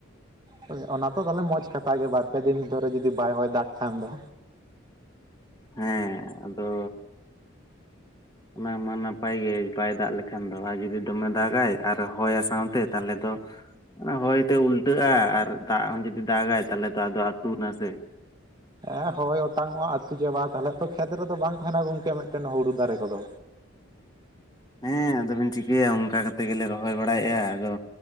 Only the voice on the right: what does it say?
ᱦᱳᱭ ᱚᱱᱟ ᱛᱚ ᱛᱟᱦᱚᱞᱮ ᱢᱚᱸᱡᱽ ᱠᱟᱛᱷᱟ ᱜᱮ ᱵᱟᱨ ᱯᱮ ᱫᱤᱱ ᱫᱷᱳᱨᱳ ᱡᱚᱫᱤ ᱵᱟᱭ ᱦᱚᱭ ᱫᱟᱜᱽ ᱠᱷᱟᱱ ᱫᱚ᱾
ᱮᱸ ᱦᱚᱭ ᱚᱴᱟᱝ ᱚᱜᱼᱟ ᱟᱹᱛᱩ ᱪᱟᱵᱟᱜᱼᱟ ᱛᱟᱦᱚᱞᱮᱜ ᱛᱚ ᱠᱷᱮᱛ ᱨᱮᱫᱚ ᱵᱟᱝ ᱛᱟᱦᱮᱱᱟ ᱜᱚᱝᱠᱮ ᱢᱤᱫᱴᱮᱱ ᱦᱩᱲᱩ ᱫᱟᱨᱮ ᱠᱚᱫᱚ᱾